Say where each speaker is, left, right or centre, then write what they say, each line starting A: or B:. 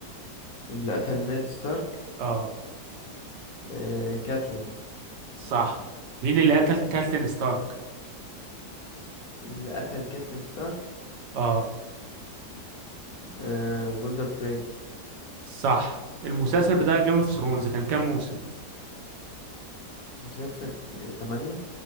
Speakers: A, on the left; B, on the right.
A: اللي قتل نيد ستارك
B: اه
A: آه... كاتلين
B: صح مين اللي قتل كاتلين ستارك
A: اللي قتل كاتلين ستارك
B: اه
A: آه... ويلدر فري
B: صح المسلسل بتاع جيم اوف ثرونز كان كام موسم
A: مسلسل تمانية